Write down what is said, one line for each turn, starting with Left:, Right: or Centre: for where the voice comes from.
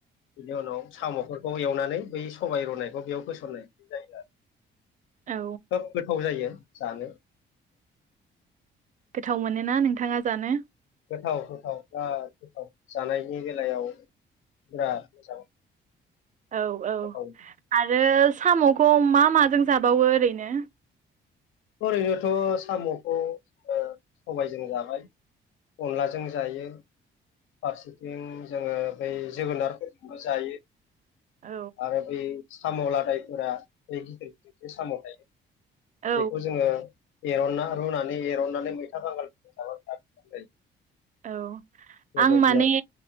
Left: बिनि उनाव साम'फोरखौ एवनानै बै सबायाइ रुनायखौ बेयाव होसननाय जायो आरो।
Right: औ
Left: खोब गोथाव जायो जानो।
Right: गोथाव मोनोना नोंथाङा जानो?
Left: गोथाव गोथाव बिराद गोथाव जानायनि बेलायाव बिराद मोजां।
Right: औ औ
Left: गोथाव
Right: आरो साम'खौ मा माजों जाबावो ओरैनो?
Left: ओरैनोथ' साम'खौ ओ सबायजों जाबाय अनलाजों जायो फारसेथिं जोङो बै जोगोनारफोरजोंबो जायो।
Right: औ
Left: आरो बे साम' लादायफोरा बै गिदिर गिदिर साम' थायो
Right: औ
Left: बेखौ जोङो एरनना रुनानै एरननानै मैथा बांगालफोरखौ जाबा मजां जायो
Right: औ
Left: बेबायदि
Right: आं माने
Left: आरो